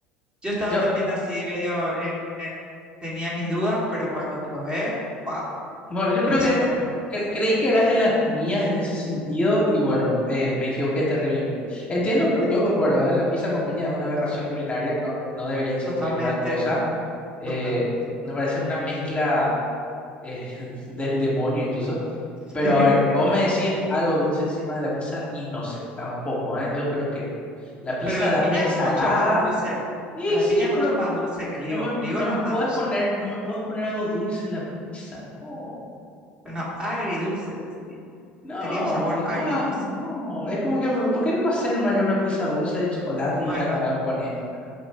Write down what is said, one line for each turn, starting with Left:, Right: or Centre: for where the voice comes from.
Right: yo estaba
Left: Yo,
Right: también así medio en, en- tenía mis dudas, pero cuando probé, wow,
Left: Bueno, yo creo
Right: queso
Left: que
Right: con higo.
Left: cre- creí que eras de las mías en ese sentido y bueno, eh, me equivoqué terriblemente. Entiendo, pero yo concuerdo, ¿eh? La pizza con piña es una aberración culinaria, no, no debería existir
Right: Totalmente,
Left: tal cosa. Eh,
Right: totalmente.
Left: me parece una mezcla eh, <laughs> del demonio incluso. Pero
Right: <laughs>
Left: a ver, vos me decís algo dulce encima de la pizza y no sé, tampoco, ¿eh? Yo creo que no. La pizza
Right: Pero la
Left: dame
Right: piña es
Left: salada.
Right: mucho más dulce.
Left: Sí,
Right: La
Left: sí,
Right: piña es mucho
Left: pero
Right: más dulce que el
Left: no
Right: higo.
Left: me,
Right: El higo
Left: no
Right: no
Left: me
Right: es
Left: puedes
Right: tan dulce.
Left: poner, no me puedes poner algo dulce en la pizza, no.
Right: bueno agridulce. Sería,
Left: No,
Right: sería un sabor
Left: igual,
Right: agridulce.
Left: no. Es como que, ¿por qué no me hacen ya una pizza dulce de chocolate
Right: Bueno,
Left: y acabemos con esto, ¿verdad?